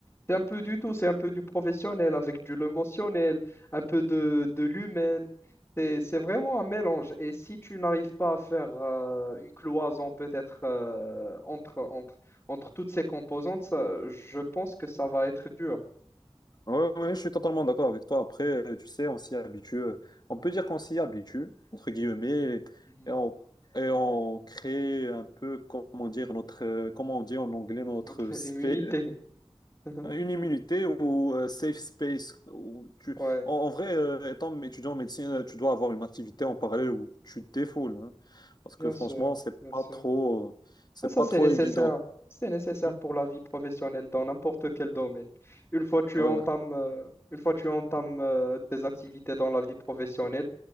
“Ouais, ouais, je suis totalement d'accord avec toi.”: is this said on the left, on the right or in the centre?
Left